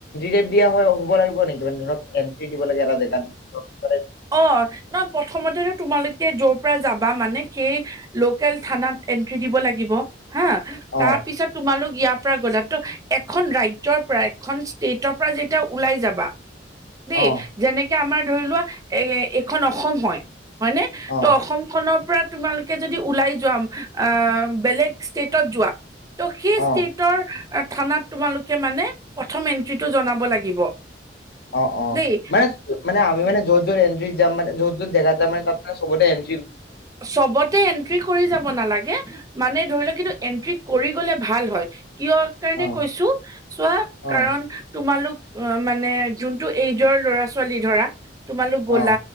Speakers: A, on the left; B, on the right.
A: ্ৰ দিয়া হয় হব লাগিব নেকি মানে ধৰক এণ্ট্ৰি দিব লাগে এটা জোত
B: অ নহ প্ৰথমতেো তোমালোকে যৰ পৰা যাবা মানে সেই লোকেল থানাত এন্ট্ৰি দিব লাগিব হা
A: অ
B: তাৰ পিছত তোমালোক ইয় গ'লাত ত এখন ৰাজ্যৰ পৰা এখন ষ্টেটৰ পৰা যেতিয়া ওলাই যাবা দেই
A: অ
B: যেনেকে আমাৰ ধৰি লোৱা এ এইখন অসম হয় হয়নে
A: অ
B: ত' অসম খনৰ পৰা তোমালোকে যদি ওলাই যাম আহ বেলেগ ষ্টেটত যোৱা ত' সেই
A: অ
B: ষ্টটৰ থানাত তোমালোকে মানে প্ৰথম এন্ট্ৰিটো জনাব লাগিব
A: অ অ
B: দেই
A: মানে মানে আমি মানে যত য'ত এড্ৰিজ য মান য'তোৰ জেগাত য মানে চবতে আন
B: চবতে এন্ট্ৰি কৰি যাব নালাগে মানে ধৰি লও কিন্তু এন্ট্ৰি কৰি গলে ভাল হয় কিয় কাৰণে
A: অ
B: কৈছো চোৱা কাৰণ
A: অ
B: তোমালোক অ মানে যোনটো এইজৰ ল'ৰা ছোৱালী ধৰা তোমালোক গ'লা
A: অ